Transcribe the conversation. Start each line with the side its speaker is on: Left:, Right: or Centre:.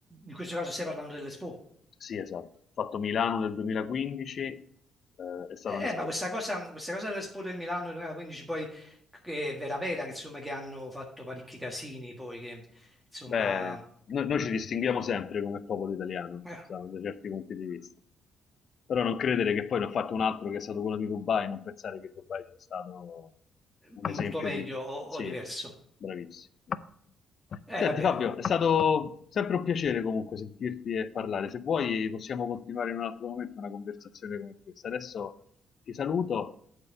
Centre: In questo caso stai parlando dell'Expo.
Left: Sì, esatto. Ho fatto Milano nel 2015, eh, è stata
Centre: Eh,
Left: un'esperienza.
Centre: eh, ma questa cosa, questa cosa dell'Expo del Milano 2015 poi che è vera vera, che insomma che hanno fatto parecchi casini poi che insomma
Left: Beh, no- noi, ci distinguiamo sempre come popolo italiano,
Centre: eh,
Left: sa, da certi punti di vista. Però non credere che poi ne ho fatto un altro che è stato quello di Dubai, non pensare che Dubai sia stato un
Centre: molto
Left: esempio
Centre: meglio
Left: di...
Centre: o,
Left: Sì,
Centre: o diverso.
Left: bravissimo.
Centre: Eh
Left: Senti
Centre: vabbè,
Left: Fabio, è stato sempre un piacere comunque sentirti e parlare. Se vuoi possiamo continuare in un altro momento una conversazione come questa. Adesso ti saluto